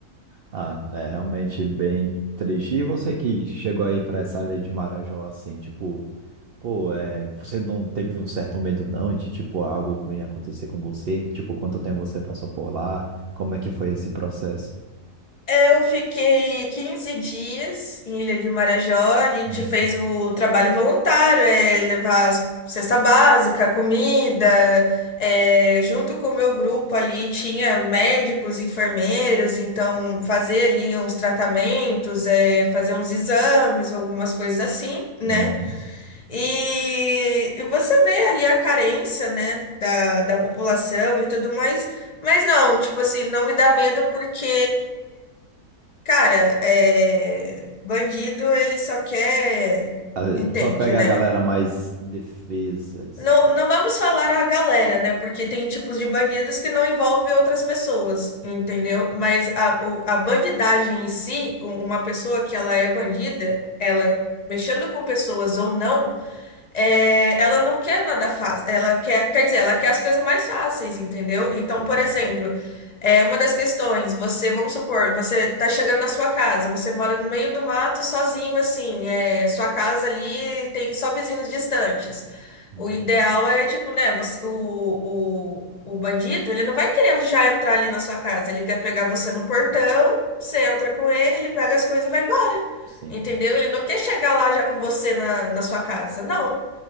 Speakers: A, on the right; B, on the left.
A: Ah, é realmente bem triste. E você que chegou aí pra essa área de Marajó, assim, tipo, pô, é, você não teve um certo medo, não, de, tipo, algo ruim acontecer com você? Tipo, quanto tempo você passou por lá? Como é que foi esse processo?
B: Eu fiquei 15 dias em Ilha de Marajó. A gente
A: Uhum.
B: fez o trabalho voluntário, é levar as- cesta básica, comida. é, junto com o meu grupo ali tinha médicos, enfermeiros, então fazer ali uns tratamentos, é, fazer uns exames, algumas coisas assim, né?
A: Uhum.
B: E, e você vê ali a carência, né, da, da população e tudo mais. Mas não, tipo assim, não me dá medo porque Cara, é, bandido ele só quer,
A: A-
B: entende,
A: gente Só pega
B: né?
A: a galera mais indefesa, de
B: Não, não vamos falar a galera, né? Porque tem tipos de bandidos que não envolvem outras pessoas, entendeu? Mas a, o- a bandidagem em si, uma pessoa que ela é bandida, ela mexendo com pessoas ou não é, ela não quer nada fácil. Ela quer, quer dizer, ela quer as coisas mais fáceis, entendeu? Então,
A: Sim,
B: por
A: sim.
B: exemplo, é, uma das questões, você, vamos supor, você tá chegando na sua casa, você mora no meio do mato sozinho, assim, é, sua casa ali tem só vizinhos distantes.
A: Uhum.
B: O ideal é, tipo, né, você- o, o, o bandido, ele não vai querer já entrar ali na sua casa, ele quer pegar você no portão, você entra com ele, ele pega as coisas e vai embora.
A: Sim,
B: Entendeu? Ele não quer chegar lá já com você na, na sua casa. Não.